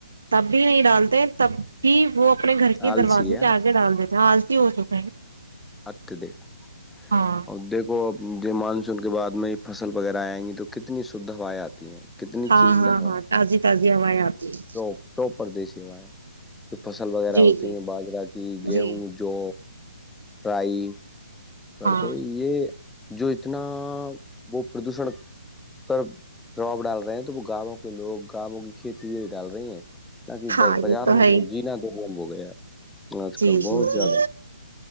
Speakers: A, on the right; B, in the centre.
A: بھی نہیں ڈالتے تب بھی وہ اپنے گھر کے
B: آلسی
A: دروازے
B: ہے
A: پ آ کے ڈال دیتے تھ ہیں آ <inaudible>
B: اتے دیکھ
A: ہاں
B: اور دیکھو اب ج مانسون کے بعد میں فصل وغیرہ آئیں گی تو کتنی شدھ ہوائیں آتی ہیں کتنی
A: ہاں
B: چییر
A: ہاں
B: لگ
A: ہاں تازی تازی ہوائیں آتی ہے
B: پپ پردیشیواں ہے فصل وغیرہ
A: جی
B: ہوتی
A: جی
B: ہیں باجرہ کی گیہوں
A: جی
B: جو رائی پر
A: ہاں
B: تو یہ جو اتنا وہ پردوشن پر پرباؤ ڈال رہے ہیں تو وہ گاؤوں کے لوگ گاؤوں کی کھیتی یہ ڈال رہی ہیں <unintelligible> <unintelligible>
A: ہاں یہ تو ہے ہی جی جی
B: بہت زیادہ
A: جی